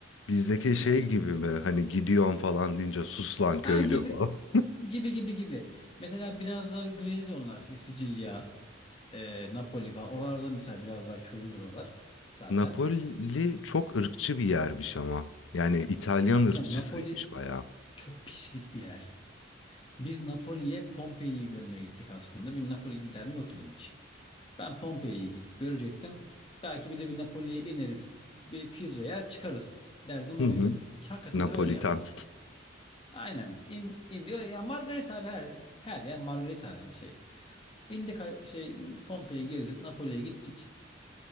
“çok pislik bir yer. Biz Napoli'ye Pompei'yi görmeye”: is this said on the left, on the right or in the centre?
Left